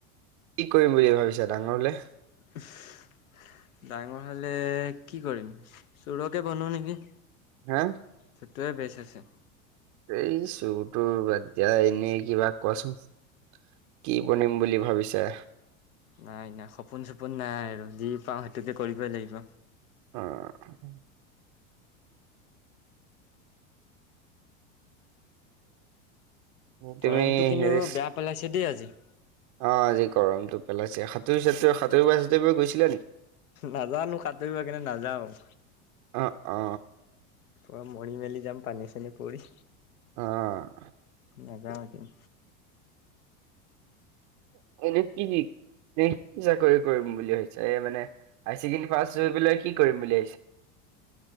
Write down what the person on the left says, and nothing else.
ছছ ডাঙৰ হ'লে কি কৰিম, চুৰকে বনু নেকি?
সেইটোৱে বেছ আছে।
নাই নাই, সপোন চপোন নাই আৰু যি পাওঁ সেইটোকে কৰিবই লাগিব।
গৰমটো কিন্তু
বেয়া পেলাইছে দেই আজি।
নাজানো সাতুৰিব, সেইকাৰণে নাযাওঁ।
পুৰা মৰি মেলি যাম, পানী চানী পৰি।
নাযাওঁ এতিয়া,